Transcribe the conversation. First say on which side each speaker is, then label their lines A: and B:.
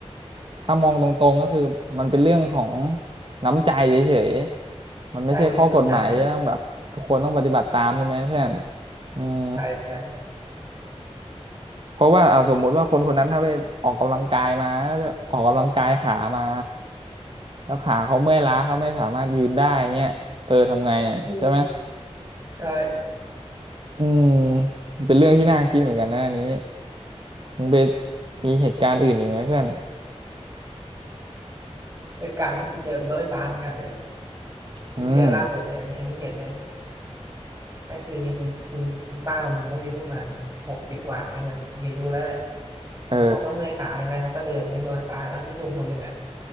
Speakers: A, on the right (about 50°); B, on the right (about 30°).
A: ถ้ามองตรงๆก็คือมันเป็นเรื่องของน้ำใจเฉยๆมันไม่ใช่ข้อกฎหมายที่ต้องแบบทุกคนต้องปฏิบัติตามใช่ไหมเพื่อน
B: ใช่มีเรื่องน้ำใจเหรอ
A: อืม
B: ใช่ใช่
A: เพราะว่าเอาสมมุติว่าคนคนนั้นถ้าไปออกกำลังกายมาแล้วไปออกกำลังกายขามาแล้วขาเขาเมื่อยล้าเขาไม่สามารถยืนได้เงี้ยเออทำไงอ่ะใช่ไหม
B: อืมใช่
A: อืมมันเป็นเรื่องที่น่าคิดเหมือนกันนะอันนี้มึงไปมีเหตุการณ์อื่นอีกไหมเพื่อน
B: เหตุการณ์ที่กูเจอเป็นรถไฟฟ้าเหมือนกันเลยเพิ่งเจอล่าสุดเนี่ยอันนี้อันนี้เห็นเลย
A: อืม
B: ก็คือมีคุณคุณคุณป้าคนหนึ่งเขาอายุประมาณหกสิบกว่าเนี่ยมันมีอายุแล้วแหละ
A: เออ
B: เขาก็เมื่อยขาใช่ไหมครับก็เดินไปที่รถไฟฟ้าแล้วมีหนุ่มคนหนึ่งอ่ะ